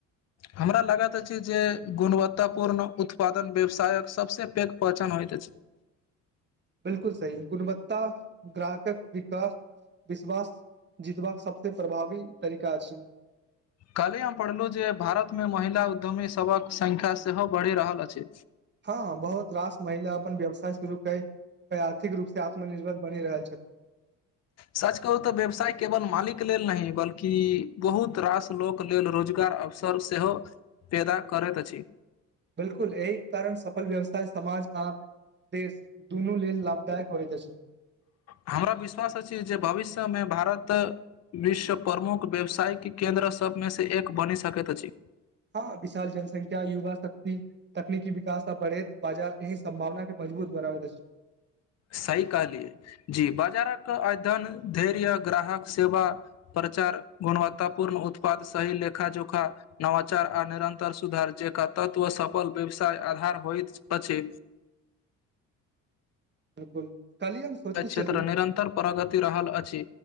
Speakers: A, on the left; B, on the right.
A: हमरा लागैत अछि जे गुणवत्तापूर्ण उत्पादन व्यवसायक सबसे पैघ पहचान होइत अछि
B: बिल्कुल सी गुणवत्ता ग्राहकक विकास विश्वास जीतबाक सबसे प्रभावी तरीका अछि
A: कल्हि हम पढ़लू जे भारत मे महिला उद्यमी सबक संख्या सेहो बढ़ि रहल अछि
B: हँ हँ बहुत रास महिला अपन व्यवसाय शुरू कै कै आर्थिक रूप से आत्मनिर्भर बनि रहल छथिन
A: सच कहू तऽ व्यवसाय केवल मालिक लेल न बल्कि बहुत रास लोक लेल रोजगार अवसर सेहो पैदा करैत अछि
B: बिल्कुल एहि कारण सफल व्यवसाय समाज आ देश दुनू लेल लाभ दाई करत अछि
A: हमरा विश्वास अछि जे भविष्य में भारत विश्व प्रमुख व्यवसायिक केन्द्र सभमेसँ एक बनि सकैत अछि
B: हँ विशाल जनसंख्या युवा शक्ति तकनीकी विकास आ बढ़ैत बाजार एही संभावना के मजबूत बनाबैत अछि
A: सही कहलियै जी बाजारक अध्ययन धैर्य ग्राहक सेवा प्रचार गुणवत्तापूर्ण उत्पाद सही लेखा जोखा नवचार आ निरन्तर सुधार जे क तत्व सफल व्यवसाय आधार होइत अछि
B: बिल्कुल कल्हि हम सोचैत
A: क्षेत्र
B: छलु
A: निरन्तर प्रगति रहल अछि